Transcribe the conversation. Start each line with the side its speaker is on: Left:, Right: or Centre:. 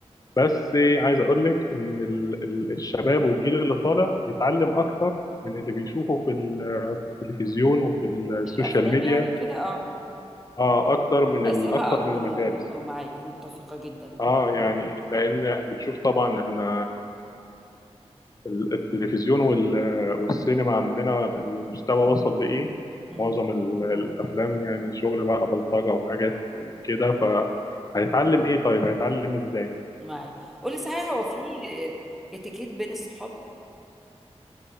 Left: بس عايز أقول لك إن ال- ال- الشباب والجيل اللي طالع بيتعلم أكتر من اللي بيشوفه في ال- في التلفزيون وفي السوشيال
Centre: الافلام
Left: ميديا
Centre: يعني كده اه
Left: اه أكتر من
Centre: تأثيرها
Left: ال- أكتر
Centre: أكبر
Left: من المدارس
Centre: يعني اه معاك متفقة جدا
Left: اه يعني لأن بنشوف طبعا احنا ال- التلفزيون وال- والسينما عندنا المستوى وصل لإيه
Centre: امم
Left: معظم ال- الأفلام يعني شغل بقى بلطجة وحاجات وكده فهيتعلم إيه طيب هيتعلم إزاي
Centre: معاك قولي صحيح هو في اتيكيت بين الصحاب